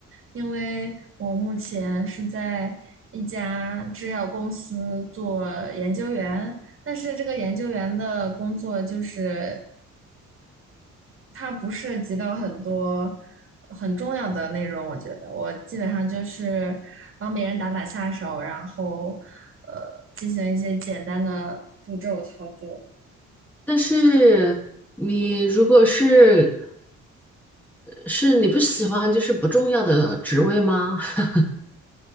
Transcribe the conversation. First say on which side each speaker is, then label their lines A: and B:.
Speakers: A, on the right; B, in the centre.
A: 因为我目前是在一家制药公司做研究员，但是这个研究员的工作就是它不涉及到很多很重要的内容，我觉得我基本上就是帮别人打打下手，然后呃进行一些简单的步骤操作。
B: 但是你如果是是你不喜欢就是不重要的职位吗？<laughs>